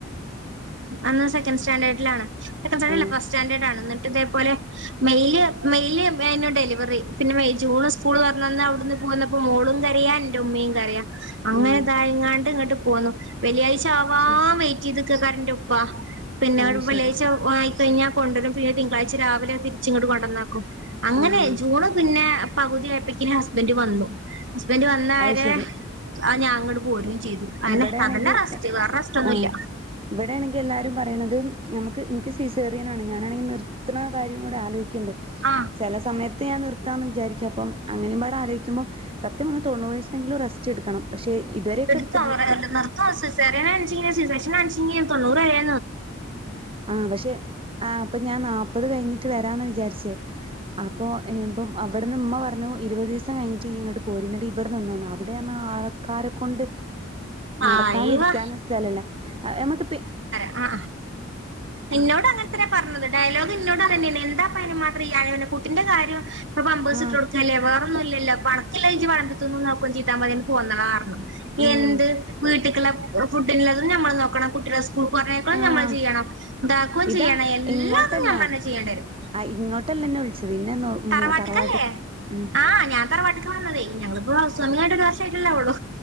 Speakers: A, on the right; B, on the right.
A: അന്ന് സെക്കൻഡ് സ്റ്റാൻന്റേർഡിലാണ് സെക്കന്റ് സ്റ്റാന്റെഡ്
B: ആഹ്
A: അല്ല ഫസ്റ്റ് സ്റ്റാൻന്റെഡാണ് ഇന്ന ഇതേപോലെ മെയിൽ മെയിൽ എയ്നു ഡെലി വെറി പിന്നെ മെയ് ജൂണ് സ്കൂൾ തൊർന്ന അന്ന് അയുട്ന്ന് പോന്നപ്പോ മോളും കരയാ ഇന്റെ ഉമ്മിം കരയാ അങ്ങനെ
B: ആഹ്
A: ഇതായിങ്ങാണ്ട് ഇങ്ങട്ട് പോന്നു വെള്ളിയാഴ്ച ആവാൻ
B: ശരി
A: വെയിറ്റ് ചെയ്ത്ക്കക്കാരം ഇന്റെ ഉപ്പാ പിന്നെ
B: ആഹ്
A: വെള്ളിയാഴ്ച
B: ശരി
A: ആയി കഴിഞ്ഞാ കൊണ്ടരും പിന്നെ തിങ്കളഴ്ച രാവിലെ തിരിച്ച് ഇങ്ങട്ട് കൊണ്ടന്നാ ക്കും അങ്ങനെ
B: ആഹ്
A: പിന്നെ പകുതി അയ്പ്പെക്കിന് ഹസ്ബെന്റ് വന്നു ഹസ്ബെന്റ് വന്നരെ
B: അത് ശരി
A: ആ ഞാ ഇങ്ങട്ട് പോരെം ചെയ്തു അന്നെ
B: ഇവിടെയാണെങ്കിൽ
A: അതന്നെ റസ്റ്റ്
B: എ
A: വേറെ റസ്റ്റ് ഒന്നുമില്ല
B: ആ ഇവിടെയാണെങ്കിൽ എല്ലാരും പറിണെത് നമ്മക്ക് ഇൻക്ക് സീസേറിയനാണ് ഞാനാണെങ്കി നിർത്ത്ണ കാര്യം കൂടെ ആലോ ക്ക്ണ്ട്
A: ആഹ്
B: ചെല സമയ തെ ഞാൻ നിർത്താന്ന് വിചാരിക്ക അപ്പം അങ്ങനെമ്പാടെ ആലോയ്ക്കുമ്പോ സത്യം പറഞ്ഞ തൊണ്ണൂറീസെങ്കിലും റസ്റ്റ് എടുക്കണം പക്ഷേ ഇ ഇതുവരെ
A: എടുത്തോ
B: ഇട്
A: നിർത്തോ സിസേറിയൻ ആണ്ച്ചെങ്കി സിസെക്ഷനാണെ ച്ചങ്കി തൊണ്ണൂറ് ആയാ
B: ആ പക്ഷെ ആ അപ്പൊ ഞാൻ നാല്പത് കയ്ഞ്ഞ് ട്ട് വരാന്ന് വിചാരിച്ചേ അപ്പൊ ഇപ്പം അവിടെന്ന് ഇമ്മ പറഞ്ഞു ഇരുപതീസം കഴിഞ്ഞിട്ട് ഇയ്യ് ഇങ്ങട്ട് പോര് ന്നട്ട് ഇവിട നിന്നോന്ന് അവ്ടെർ ഞ്ഞാ ആൾക്കാരെ കൊണ്ട്
A: ഹായ്
B: നടക്കാനും ഇരിക്കാനും
A: വാ
B: സ്ഥലല്ല നമക്ക് പേ
A: ആ അ എന്നോട് അങ്ങൻ തന്നെ പറഞ്ഞത് ഡയലോഗ് ന്നോടും അങ്ങനെന്നെനി എന്താ നുമാത്രയയെ കുട്ടിന്റെ കാ അ പ്പം പമ്പേസ്ട്ടൊട്ക്കല്ലേ
B: ആഹ്
A: വേറെ ഒന്നൂല്ലല്ലോ പ അണക്ക്ല്ലെജ് വളമ്പിതിന്നു നോക്കാം ചെയ്താ മതി ങ്ങട് പോന്നളാർഞ്ഞു.
B: ആഹ്
A: എന്ത് വീട്ട്ക്ക്ള്ള ഫുഡ്ന്ല്ലതും ഞമ്മള് നോക്കണം കുട്ടി സ്കൂൾക്ക് പറഞ്ഞ്ക്കണം
B: ആഹ്
A: ഞമ്മള് ചെയ്യണം താക്കുവേം
B: ഇതാ
A: ചെയ്യണം എല്ലാതും
B: ഇങ്ങോട്ടല്ല
A: ഞമ്മളെന്നെ ചെയ്യേണ്ടരും
B: ആഹ് ഇങ്ങോട്ടല്ല എന്നെ വിളിച്ചത് ഇന്നെ
A: തറവാട്ട്ക്കല്ലേ
B: തറവാട്ട്ക്ക് ഉം
A: ആഹ ഞാൻ തറവാട്ടക്ക് വന്നതേ ഞങ്ങിപ്പോസ്വാമിയായിട്ട് ല്ലേവൊള്ളൂ